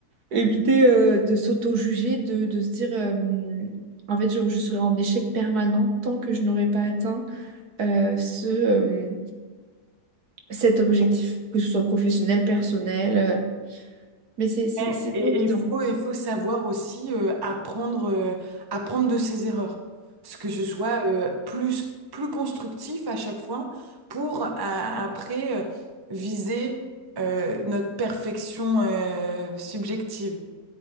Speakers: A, on the right; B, on the right.
A: Éviter euh, de s'auto-juger, de, de se dire, euh, en fait, je, je serai en échec permanent tant que je n'aurai pas atteint euh, ce, cet objectif, que ce soit professionnel, personnel, euh, mais c'est, c'est,
B: Ouais,
A: c'est
B: Et
A: pas évident.
B: il faut, il faut savoir aussi euh, apprendre, euh, apprendre de ses erreurs. Ce que ce soit euh, plus, plus constructif à chaque fois pour à- après euh, viser euh, notre perfection euh, subjective.